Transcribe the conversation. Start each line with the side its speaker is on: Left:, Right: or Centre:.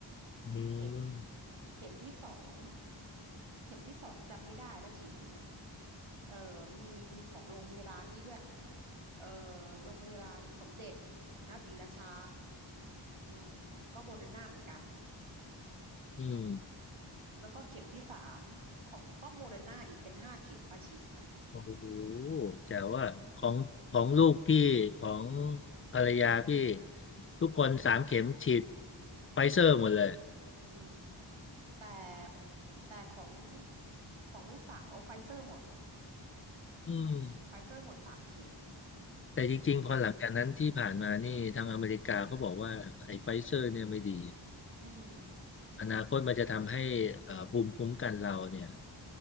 Left: อืม
Right: เข็มเข็มที่สองเข็มที่สองจำไม่ได้แล้วฉีดที่ไหนเออมีมีของโรงพยาบาลนี่ด้วยเออโรงพยาบาลสมเด็จนศรีราชาอืมก็โมเดอร์นาเหมือนกัน
Left: อืม
Right: อืมแล้วก็เข็มที่สามของก็โมเดอร์นาอีกเป็นห้าเข็มประฉีดนะ
Left: โอ้โหแต่ว่าของของลูกพี่ของภรรยาพี่ทุกคนสามเข็มฉีดไฟเซอร์หมดเลย
Right: อืมแต่แต่ของของลูกสาวไฟเซอร์หมด
Left: อืม
Right: ไฟเซอร์หมดสามเข็ม
Left: แต่จริงๆพอหลังจากนั้นที่ผ่านมานี่ทางอเมริกาเขาบอกว่าไอ้ไฟเซอร์เนี่ยไม่ดี
Right: อืม อืม
Left: อนาคตมันจะทำให้เอ่อภูมิคุ้มกันเราเนี่ย